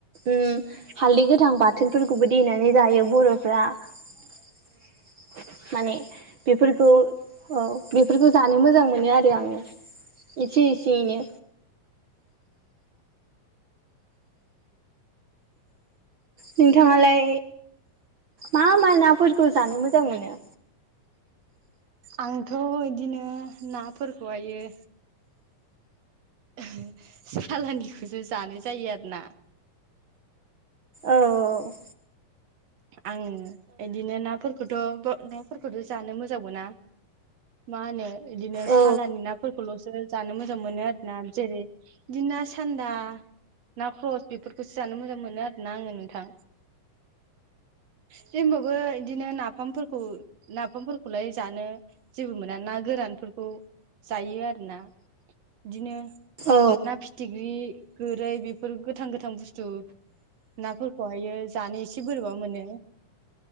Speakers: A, on the right; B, on the right.
A: उम हालदै गोथां बाथोनफोरखौबो देनानै जायो बर'फ्रा माने बेफोरखौ औ बेफोरखौ जानो मोजां मोनो आरो आङो। इसे इसेयैनो। नोंथाङालाय मा मा नाफोरखौ जानो मोजां मोनो?
B: आंथ' इदिनो नाफोरखौ हायो ओं सालानिखौसो जानो जायो आरो ना।
A: औ औ।
B: आङो इदिनो नाफोरखौथ' हो नाफोरखौथ जानो मोजां मोना मा होनो इदिनो
A: औ
B: सालानि नाफोरखौल'सो जानो मोजां मोनो आरो ना जेरै इदि ना सान्दा ना ख्रस बेफोरखौसो जानो मोजां मोनो आर ना आङो नोंथां जेहोनबाबो इद बिदिनो नाफामफोरखौ नाफामफोरखौलाय जानो जेबो मोना ना गोरानफोरखौ जायो आरोना इदिनो
A: औ
B: ना फिथिख्रि गोरै बेफोर गोथां गोथां बुस्थु नाफोरखौ हायो जानो एसे बोरैबा मोनो